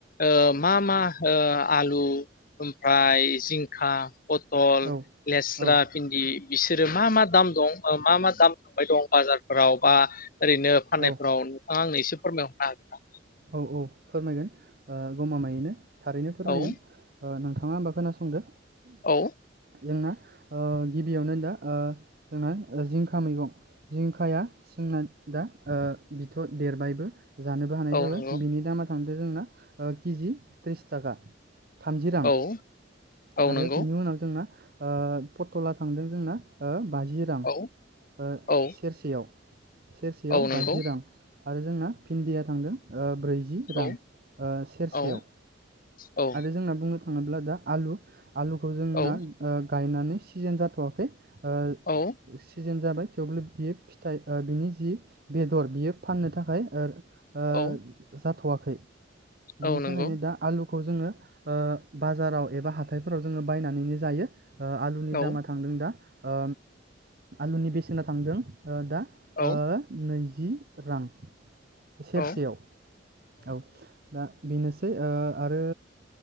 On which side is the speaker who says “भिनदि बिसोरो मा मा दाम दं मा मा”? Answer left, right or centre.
Left